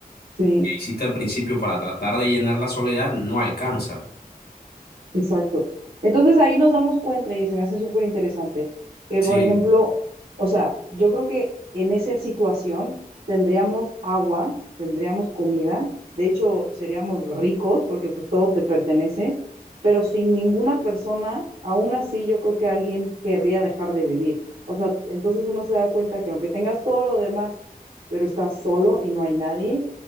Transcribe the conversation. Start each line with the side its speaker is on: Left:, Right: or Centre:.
Right: Sí,
Left: que hiciste al principio para tratar de llenar la soledad no alcanza.
Right: Exacto. Entonces ahí nos damos cuenta y se me hace súper interesante que,
Left: Sí,
Right: por ejemplo, o sea, yo creo que en esa situación tendríamos agua, tendríamos comida, de hecho seríamos ricos porque pues todo te pertenece, pero sin ninguna persona, aún así yo creo que alguien querría dejar de vivir. O sea, entonces uno se da cuenta que aunque tengas todo lo demás, pero estás solo y no hay nadie,